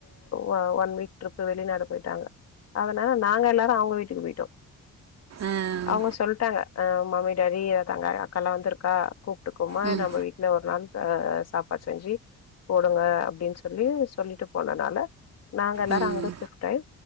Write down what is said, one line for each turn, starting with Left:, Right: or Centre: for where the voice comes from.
Left: ஒ ஒன் வீக் ட்ரிப்பு வெளிநாடு போய்ட்டாங்க அதனால நாங்க எல்லாரு அவங்க வீட்டுக் போய்ட்டோ
Right: ஆ ஆ
Left: அவுங்க சொல்ட்டாங்க அ மம்மி டாடி தங்க அக்கால்லா வந்துருக்கா கூப்புட்டுக்கோமா
Right: ம்
Left: நம்ப வீட்ல ஒரு நாள் அ சாப்பாட் செஞ்சு போடுங்க அப்டின் சொல்லி சொல்லிட்டு போனனால நாங்க எல்லாரு
Right: ம்
Left: அங்க சிப்ட் ஆய்